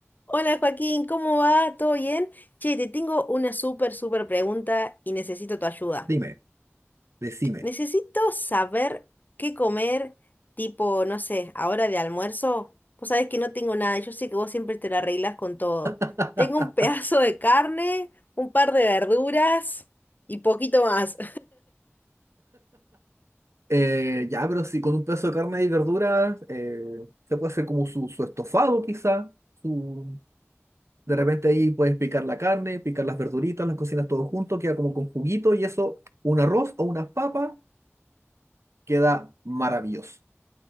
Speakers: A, on the left; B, on the right.
A: Hola Joaquín, ¿cómo va? ¿Todo bien? Che, te tengo una súper, súper pregunta y necesito tu ayuda.
B: Dime, decime.
A: Necesito saber qué comer, tipo, no sé, ahora de almuerzo. Vos sabés que no tengo nada, yo sé que vos siempre te la arreglas con todo.
B: <laughs>
A: Tengo un <laughs> pedazo de carne, un par de verduras y poquito más.
B: Eh, ya, pero si con un pedazo de carne y verduras, eh, se puede hacer como su, su estofado quizá. su- de repente ahí puedes picar la carne, picar las verduritas, las cocinas todo junto, queda como con juguito y eso, un arroz o unas papas, queda maravilloso.